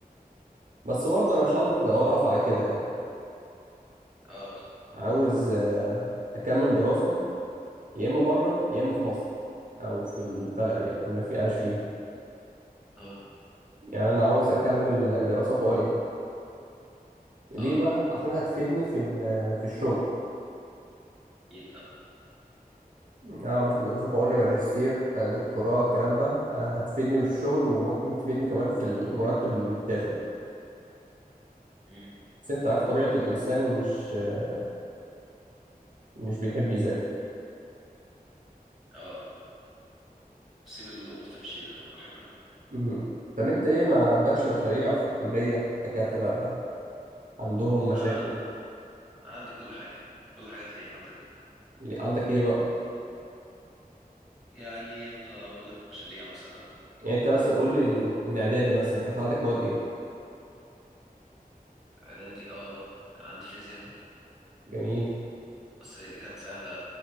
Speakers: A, on the right; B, in the centre.
A: بس برضه
B: بس
A: انا مش
B: اه
A: عاوز اوقف على كده يعني
B: اه
A: عاوز آه، اكمل دراسة يا اما بره يا اما في مصر او في البلد يعني اللي انا في عايش فيها
B: اه
A: يعني انا عاوز اكمل دراسات عليا ليه
B: آه،
A: بقى عشان هتفيدني في ال- في الشغل
B: اكيد اه
A: اه مثل دراسات عليا ماجستير آه، دكتوراه الكلام ده آه، هتفيدني في الشغل وممكن تفيدني كمان في المرتب اللي بيتاخد
B: مم.
A: بس انت عارف طبيعة الانسان مش آه، مش بيحب يذاكر
B: اه سيب الامور تمشي براحتها كده
A: مم. طب انت ايه ما عندكش مشاريع في الكلية دكاترة عندهم مشاكل
B: انا عندي عندي كل حاجه كل حاجه تلاقيها عندنا
A: اللي عندك ايه بقى
B: يعني ممكن اقول لك المشاريع مثلا
A: يعني انت مثلا
B: كان
A: قول لي من من اعدادي مثلا كانت عندك مواد ايه
B: اعدادي اه كان عندي فيزياء
A: جميل
B: بس دي كانت سهلة